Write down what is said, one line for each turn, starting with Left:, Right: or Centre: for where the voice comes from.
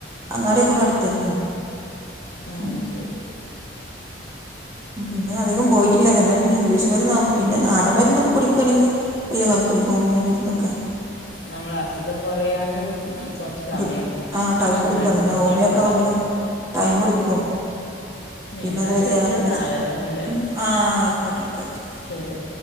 Right: അങ്ങാടിയൊക്കെ ഇവട തന്നെ
Left: ആഹ്
Right: മ്
Left: ശരി
Right: പിന്നെ അധികം പോയ്ട്ടില്ല തന്ന ഇംഗ്ലീഷ് മര്ന്നാവ്മ്പൊ പിന്നെ നാടമ്മര്ന്നൊക്കെ കുടിക്കാണെങ്കില് ല്ല്യ കൊയപ്പില്ല ഹോമിയോ മരുന്നൊക്കെ
Left: നമ്മളസുഖം കൊറയാന് ബുദ്ധിന് കൊറച്ച് സമയെട്ക്കും
Right: ബു- ആ ടൈം
Left: പക്ഷെ
Right: എടുക്കും
Left: മരുന്നിന്
Right: അതന്നെ ഹോമിയോ
Left: കൊയപ്പണ്ടാവുല
Right: ഒക്കെ ആകുമ്പോൾ ടൈം എടുക്കും പിന്നെതുവരെ
Left: എന്നാ ശരി
Right: അതൊക്കണ്ട്
Left: എന്നാ
Right: വെച്ച്ട്ട്
Left: വേറൊന്നുമില്ലല്ലോ
Right: ആ ആയ്ക്കോട്ടെ ഓക്കെ ഓക്കെ.
Left: ശരി